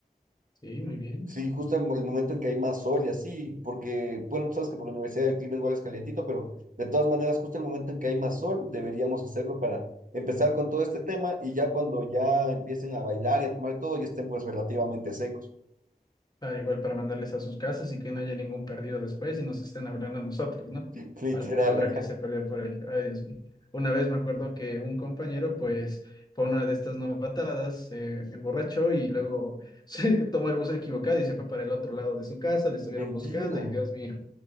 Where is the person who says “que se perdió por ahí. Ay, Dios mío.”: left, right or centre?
Left